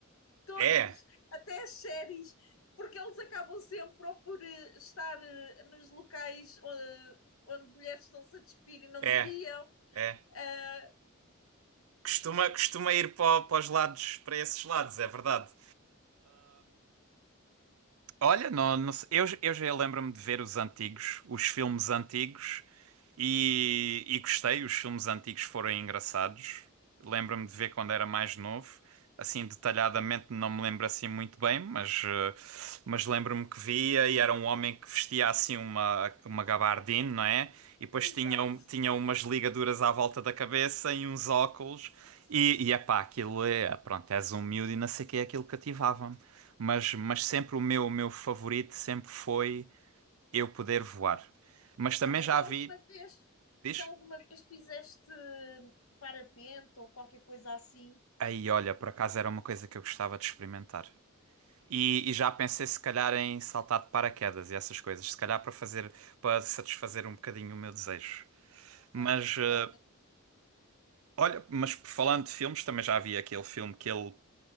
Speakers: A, on the left; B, on the right.
A: todos,
B: É,
A: até as séries, porque eles acabam sempre ou por eh, estar eh, nos locais eh, onde mulheres estão-se a despir e não
B: é,
A: deviam.
B: é.
A: Ah,
B: Costuma, costuma ir para, para os lados, para esses lados, é verdade. Olha, não, não sei. Eu, eu já lembro-me de ver os antigos, os filmes antigos, e, e gostei. Os filmes antigos foram engraçados. Lembro-me de ver quando era mais novo. Assim, detalhadamente não me lembro assim muito bem, mas, eh, mas lembro-me que via e era um homem que vestia assim uma, uma gabardine, não é? E depois
A: exato.
B: tinha, um- tinha umas ligaduras à volta da cabeça e uns óculos. E, e epá, aquilo é, pronto, és um miúdo e não sei o que é aquilo cativava mas, mas sempre o meu, o meu favorito sempre foi eu poder voar. Mas também
A: Olha,
B: já
A: já
B: vi,
A: alguma vez,
B: diz?
A: já alguma vez fizeste eh, parapente ou qualquer coisa assim?
B: Aí, olha, por acaso era uma coisa que eu gostava de experimentar. E, e já pensei se calhar em saltar de paraquedas e essas coisas, se calhar para fazer, para satisfazer um bocadinho o meu desejo. Mas
A: Pois,
B: eh,
A: realmente,
B: olha, mas falando de filmes, também já vi aquele filme que ele,